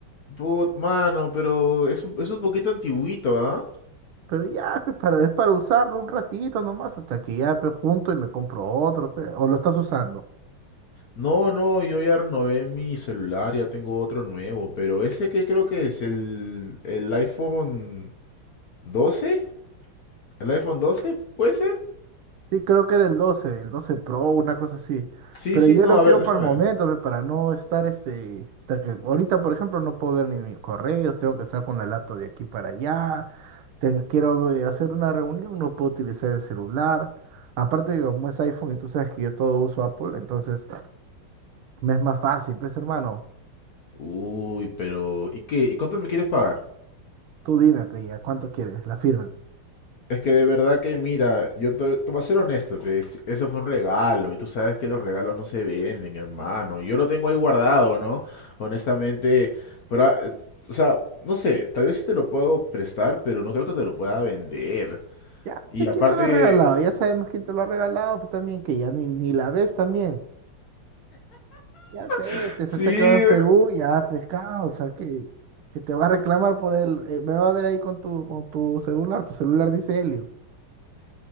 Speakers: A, on the left (about 60°); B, on the right (about 75°).
A: Put, mano, pero es un, es un poquito antiguito, ¿ah?
B: Pero ya, <laughs> pues, para, es para usarlo un ratito nomás, hasta que ya pues, junto y me compro otro, pues, o lo estás usando.
A: No, no, yo ya renové mi celular, ya tengo otro nuevo, pero ese que creo que es el, el iPhone 12, el iPhone 12, ¿puede ser?
B: Sí, creo que era el doce el doce Pro, una cosa así.
A: Sí,
B: Pero
A: sí,
B: yo
A: no,
B: lo
A: a
B: quiero
A: ver, déjame
B: para el momento,
A: ver.
B: pues, para no estar este, hasta que ahorita, por ejemplo, no puedo ver ni mis correos, tengo que estar con la laptop de aquí para allá, tengo- quiero eh, hacer una reunión, no puedo utilizar el celular. Aparte que como es iPhone y tú sabes que yo todo uso Apple, entonces me es más fácil, pues hermano,
A: Uy, pero, ¿y qué? ¿Y cuánto me quieres pagar?
B: tú dime, pues, ya, ¿cuánto quieres? La firma.
A: Es que de verdad que, mira, yo te, te voy a ser honesto, pues, eso fue un regalo y tú sabes que los regalos no se venden, hermano. Yo lo tengo ahí guardado, ¿no? Honestamente, pero, ah, eh, o sea, no sé, tal vez sí te lo puedo prestar, pero no creo que te lo pueda vender.
B: Ya,
A: Y
B: pues,
A: aparte,
B: ¿quién te lo ha regalado? Ya sabemos quién te lo ha regalado, pues también que ya ni, ni la ves también. Ya, vete,
A: <laughs> sí,
B: se hace que va en Perú, ya, pescado, o sea, que, que te va a reclamar por el, eh, me va a ver ahí con tu, con tu celular, tu celular dice Helio.